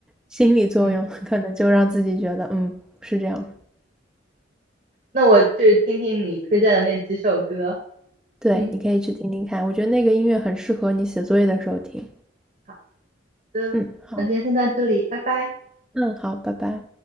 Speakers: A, in the centre; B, on the right.
A: 心理作用可能就让自己觉得，
B: 嗯，
A: 嗯，是这样的。
B: 那我去听听你推荐的那几首歌。
A: 对，
B: 嗯，
A: 你可以去听听看，我觉得那个音乐很适合你写作业的时候听。
B: 好的，
A: 嗯，好，
B: 那今天先到这里，拜拜。
A: 嗯，好，拜拜。